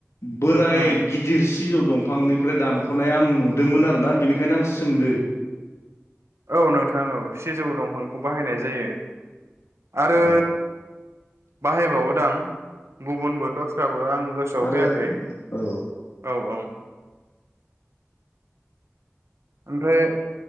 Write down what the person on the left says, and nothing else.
बोराय
गिदिर सिजौ दंफांनिफ्राय दानख'नाय आं नुदोमोन आरोना बेनिखायनो आं सोंदो।
अ
आरो
औ